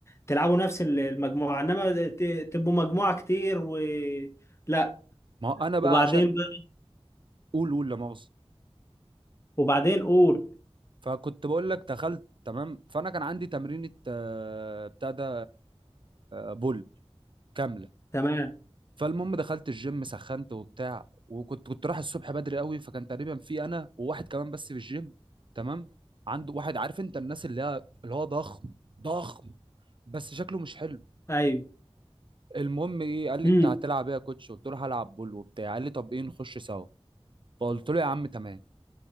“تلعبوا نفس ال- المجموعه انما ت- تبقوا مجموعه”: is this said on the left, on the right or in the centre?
Left